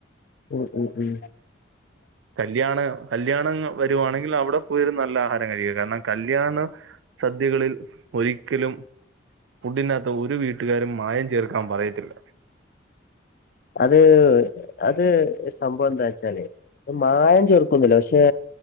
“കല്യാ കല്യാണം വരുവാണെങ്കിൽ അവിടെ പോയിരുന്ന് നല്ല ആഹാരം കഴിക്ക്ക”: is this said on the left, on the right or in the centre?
Right